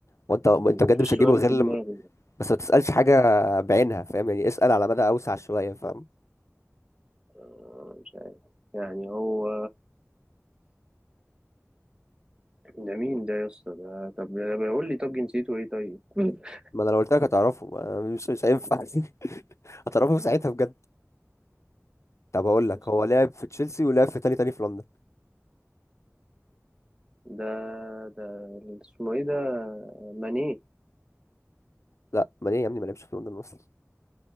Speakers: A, on the left; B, on the right.
A: وانت انت
B: مفيش
A: بجد مش هتجيبه
B: سؤال
A: غير
B: في
A: لما
B: دماغي
A: بس ما تسالش حاجه
B: آه،
A: بعينها فاهم يعني اسال على مدى اوسع شويه فاهم
B: آه، مش عارف يعني هو ده مين ده يا اسطى ده طب ده بيقول لي طب جنسيته إيه طيب <laughs>
A: ما انا لو قلت لك هتعرفه أنا مش مش هينفع <laughs> هتعرفه في ساعتها بجد طب هقول لك
B: مش
A: هو
B: عارف.
A: لعب في تشيلسي ولعب في تاني تاني في لندن
B: ده ده اللي اسمه إيه ده ماني
A: لا ما ليه يا ابني ما لعبش في لندن اصلا